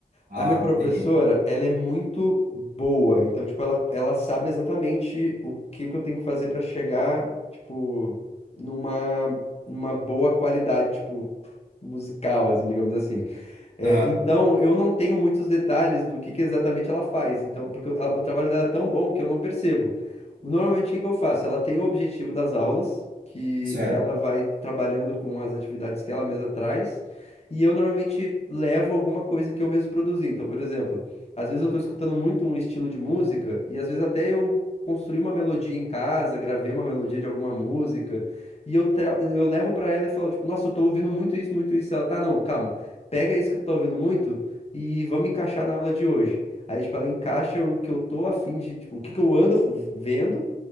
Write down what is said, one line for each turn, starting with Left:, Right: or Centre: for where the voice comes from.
Right: Ah,
Left: A minha professora,
Right: entendi.
Left: ela é muito boa, então, tipo, ela, ela sabe exatamente o que que eu tenho que fazer pra chegar, tipo, numa, numa boa qualidade, tipo, musical, assim, digamos assim. É,
Right: Aham,
Left: então, eu não tenho muitos detalhes do que, que exatamente ela faz. Então, porque o ela- o trabalho dela é tão bom que eu não percebo. O- Normalmente, o que, que eu faço? Ela tem o objetivo das aulas, que
Right: certo.
Left: ela vai trabalhando com as atividades que ela mesma traz, e eu normalmente levo alguma coisa que eu mesmo produzi. Então, por exemplo, às vezes eu estou escutando muito um estilo de música, e às vezes até eu construí uma melodia em casa, gravei uma melodia de alguma música, e eu, tra- eu levo para ela e falo, tipo, nossa, eu tô ouvindo muito isso, muito isso. Ela, tá, não, calma pega isso que tu tá ouvindo muito e vamos encaixar na aula de hoje. Aí, tipo, ela encaixa o que eu tô a fim de, tipo, o que que eu ando v- vendo